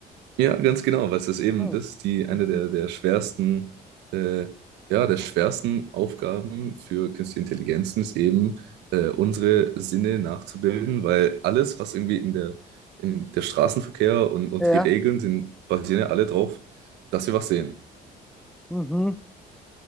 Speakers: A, on the right; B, in the centre.
A: Ja, ganz genau, weil es ist eben
B: Hm.
A: das die eine
B: Mhm.
A: der, der schwersten, äh, ja, der schwersten Aufgaben für künstliche Intelligenzen ist eben, äh, unsere Sinne nachzubilden, weil alles, was irgendwie in der, in der Straßenverkehr und, und
B: Ja,
A: die Regeln sind, basieren ja alle drauf, dass wir was sehen.
B: mhm.